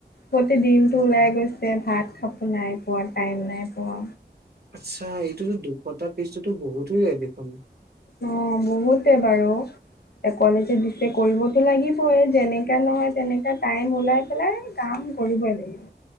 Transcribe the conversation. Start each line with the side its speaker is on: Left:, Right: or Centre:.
Left: গোটেই দিনটো ওলাই গৈছে ভাত খাব নাই পোৱা, টাইম নাই পোৱা
Right: আচ্ছা এইটোতো দুশটা পেজটোতো বহুত হৈ যায় দেখোন
Left: অ বহুতে বাৰু এশ লৈকে দিছে কৰিবতো লাগিবই যেনেকা নহয় তেনেকা টাইম ওলাই পেলাই কাম কৰিবই লাগিব